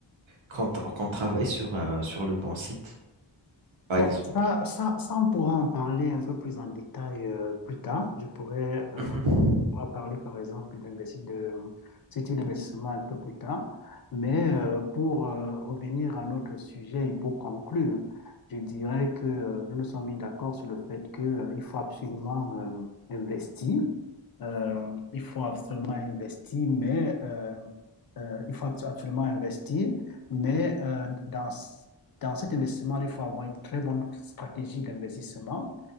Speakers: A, on the right; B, on the left.
A: qu'on t- qu'on travaille sur, un- sur le bon site, par
B: Bon,
A: exemple?
B: ça, ça, ça, on pourra en parler un peu plus en détail euh, plus tard. Je pourrais euh,
A: Mhm,
B: On va parler par exemple d'investi- de ce type d'investissement un peu plus tard. Mais
A: mhm,
B: euh, pour euh, revenir à notre sujet et pour conclure, je dirais
A: mhm.
B: que euh, nous nous sommes mis d'accord sur le fait que, euh, il faut absolument euh, investir. Euh, il faut absolument investir, mais euh, euh, il faut abso- absolument investir. Mais euh, dans, c- dans cet investissement, il faut avoir une très bonne stratégie d'investissement.